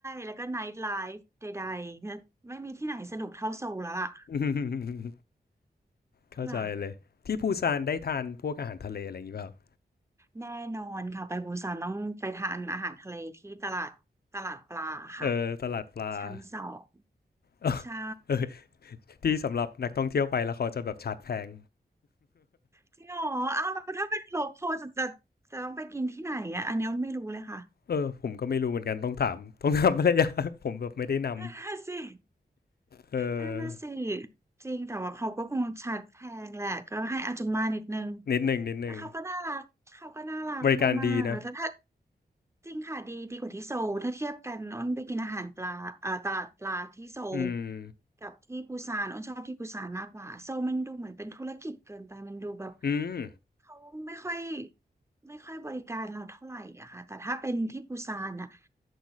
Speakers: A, on the right; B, on the left.
A: แล้วก็ไนท์ไลฟ์ใดๆไม่มีที่ไหนสนุกเท่าโซลแล้วล่ะ
B: <laughs> เข้าใจเลย
A: ค่ะ
B: ที่ปูซานได้ทานพวกอาหารทะเลอะไรอย่างนี้ป่ะปรับ
A: แน่นอนค่ะไปปูซานต้องไปทานอาหารทะเลที่ตลาดตลาดปลาค่ะ
B: เออ ตลาดปลา
A: ชั้นสอง
B: <laughs> เออ
A: ใช่
B: เออ ที่สำหรับนักท่องเที่ยวไปแล้วเขาจะแบบชาร์จแพง
A: จริงเหรออ้าวแล้วถ้าเป็นโลคอลจะจะจะต้องไปกินที่ไหนอ่ะอันนี้ไม่รู้เลยค่ะ
B: เออ ผมก็ไม่รู้เหมือนกันต้องถาม ต้องถามภรรยา <laughs> ผมแบบไม่ได้นำ
A: <laughs> นั่นน่ะสิ
B: เออ
A: นั่นน่ะสิจริงแต่ว่าเขาก็คงชัดแพงแหละก็ให้อาจุมมานิดนึง
B: นิดหนึ่งนิดหนึ่ง
A: แต่เขาก็น่ารักเขาก็น่ารักมากๆแล้วถ้า
B: บริการดีนะ
A: จริงค่ะดีดีกว่าที่โซลถ้าเทียบกันอ้นไปกินอาหารปลาอ่าตลาดปลาที่โซล
B: อืม
A: กับที่ปูซานอ้นชอบที่ปูซานมากกว่าโซลมันดูเหมือนเป็นธุรกิจเกินไปมันดูแบบ
B: อืม
A: เขาไม่ค่อยไม่ค่อยบริการเราเท่าไหร่อะค่ะแต่ถ้าเป็นที่ปูซานอะ